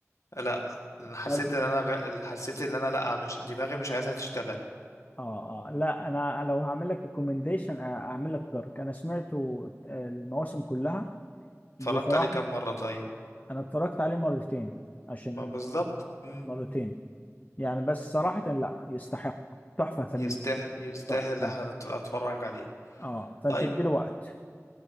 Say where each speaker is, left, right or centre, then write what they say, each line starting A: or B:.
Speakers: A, on the left; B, on the left.
A: لا لأن حسيت
B: طب
A: ان انا غ... حسيت ان انا لا مش دماغي مش عايزها تشتغل
B: اه اه لا انا لو هعمل لك ريكومنديشن اعمل لك دارك انا سمعته آه، المواسم كلها
A: اتفرجت
B: بصراحه
A: عليه كام مرة طيب
B: انا اتفرجت عليه مرتين عشان
A: ما بالظبط مم.
B: مرتين يعني بس صراحه لا يستحق تحفه فنيه
A: يستاهل يستاهل
B: تحفه
A: احنا نت- اتفرج عليه
B: اه فانت
A: طيب
B: اديله وقت